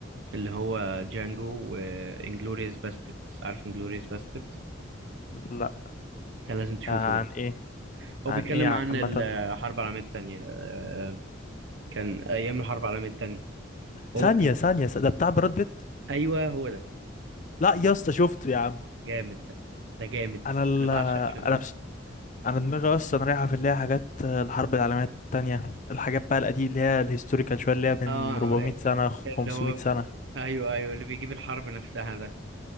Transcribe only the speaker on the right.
اللي هو جانجو وانجلوريوس باستردز عارف انجلوريوس باستردز
ده لازم تشوفه
ده
هو
بيتكلم
عن الحرب العالمية التانية آه، كان أيام الحرب العالمية التانية هو
كان
أيوه هو ده
جامد ده ده جامد
أنا بعشق الفيلم
ده
اه
اللي
هو
أيوه أيوه اللي بيجيب الحرب نفسها ده